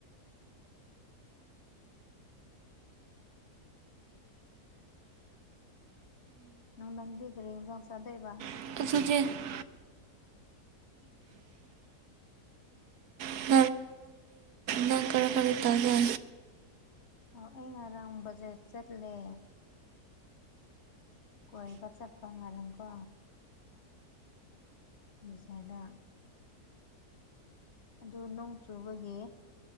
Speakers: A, on the left; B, on the right.
A: ꯅꯨꯡꯗꯥꯡꯗꯤ ꯀꯔꯤ ꯍꯤꯟꯖꯥꯡ ꯆꯥꯗꯣꯏꯕ
B: <unintelligible> <unintelligible> ꯅꯪ ꯀꯔꯤ ꯀꯔꯤ ꯇꯧꯕ꯭ꯔꯥ
A: ꯑꯣ ꯑꯩ ꯉꯔꯥꯡ ꯕꯖꯥꯔ ꯆꯠꯂꯦ ꯀꯣꯏꯕ ꯆꯠꯄ ꯉꯔꯨꯀꯣ ꯕꯖꯥꯔꯗ ꯑꯗꯨ ꯅꯣꯡ ꯆꯨꯕꯒꯤ